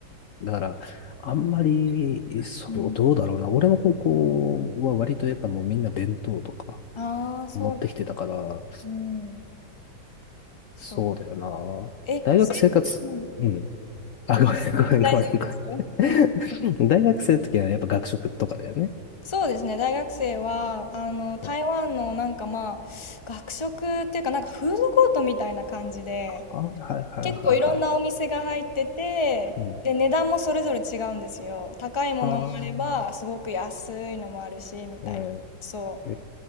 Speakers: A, on the left; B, on the left.
A: だから、あんまり、そう、
B: うん。
A: どうだろうな。俺の高校は割とやっぱもうみんな弁当とか
B: ああ、そうなんだ
A: 持ってきてたから、
B: うん。そう。
A: そうだよな。
B: え、
A: 大学生活、
B: せ、うん。
A: うん。あ、ごめん、ごめん、
B: 大丈夫ですよ。
A: ごめん、ごめん。
B: <laughs>
A: <laughs> 大学生の時はやっぱ学食とかだよね。
B: そうですね、大学生は、あの、台湾のなんかまあ、
A: うん、はい、
B: 学食っていうかなんかフードコートみたいな感じで、
A: はい、はい、
B: 結構いろんなお店が入ってて、
A: はい。うん。
B: で、値段もそれぞれ違うんですよ。高いものもあれば、
A: ああ、
B: すごく安いのもあるし、みたいな。
A: うん。
B: そ
A: で、